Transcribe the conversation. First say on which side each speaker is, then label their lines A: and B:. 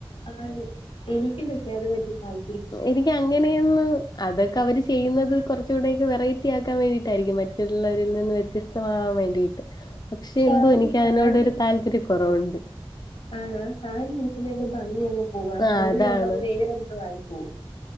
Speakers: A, on the left; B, on the left.
A: ആണ് എനിക്ക് <unintelligible> വലിയ താൽ
B: എനിക്ക് അങ്ങനെയന്ന് അതൊക്കെ അവര് ചെയ്യുന്ന ത് കൊറച്ചൂടിയൊക്കെ വെറൈറ്റി ആക്കാൻ വേണ്ടിയിട്ടായിരിക്കും മറ്റുള്ളരിൽ നിന്ന് വ്യത്യസ്തമാവാൻ വേണ്ടിയി പക്ഷെ എന്തോ
A: ആ ഒരു
B: എനിക്ക്
A: സാരി
B: അതിനോടൊരു താല്പര്യ കൊറവു അ
A: ആണ് ആ സാരി ഉടുക്കുന്നതിന്റെ ഭംഗി അങ്ങ് പോവാ ആ
B: ആഹ്
A: ഷോളിടുമ്പഴ്
B: അതാണ്
A: വേറെ എന്തോ ആയി. <unintelligible>